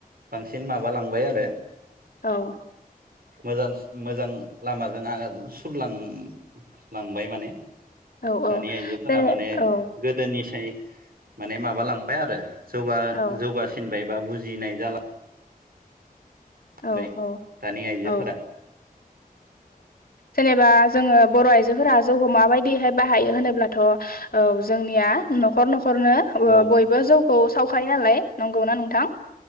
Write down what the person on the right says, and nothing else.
बांसिन माबालांबाय आरो
मोजां मोजां लामाजों आगान सुरलांलांबाय माने
दानि
आइजोफोरा
माने
गोदोनिस माने माब लांबाय आरो ज
जौगासिनबाय बा बुजिनाय जालां
नै
दानि आइजोफोरा
औ